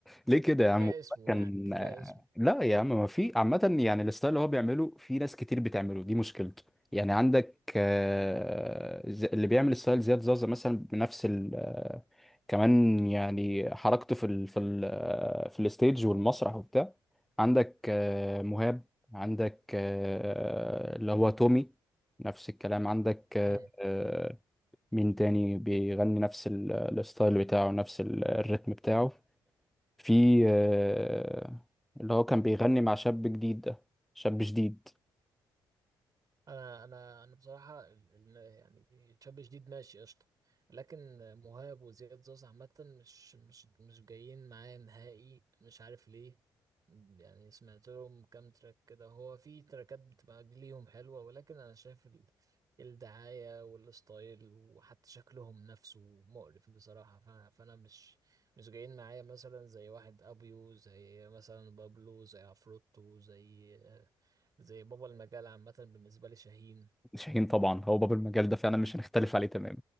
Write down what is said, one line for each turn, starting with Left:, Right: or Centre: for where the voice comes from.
Centre: ليه كده يا
Right: كفاية
Centre: عم
Right: اسمه
Centre: كان
Right: يعني كفاية
Centre: لا يا عم ما في عامة يعني الستايل اللي هو بيعمله في ناس كتير بتعمله دي مشكلته يعني عندك آه، ز- اللي بيعمل ستايل زياد زازا مثلا بنفس ال آه، كمان يعني حركته في ال في ال آه، في الستيج والمسرح وبتاع عندك آه، مهاب عندك آه، اللي هو تومي نفس الكلام عندك آه،
Right: اسمه
Centre: آه، مين تاني بيغني نفس ال- الستايل بتاعه نفس ال- الريتم بتاعه في آه، اللي هو كان بيغني مع شاب جديد ده شاب جديد
Right: انا انا انا بصراحه ال- ال- يعني شاب جديد ماشي قشطه لكن مهاب وزياد زوز عامه مش مش مش جايين معايا نهائي مش عارف ليه يعني سمعت لهم كام تراك كده هو في تراكات بتبقى ليهم حلوه ولكن انا شايف ال- الدعايه والستايل وحتى شكلهم نفسه مقرف بصراحه فانا فانا مش مش جايين معايا مثلا زي واحد ابيو زي مثلا بابلو زي عفروتو زي زي بابا المجال عامة بالنسبة لي شاهين
Centre: شاهين طبعا هو باب المجال ده فعلا مش هنختلف عليه تماما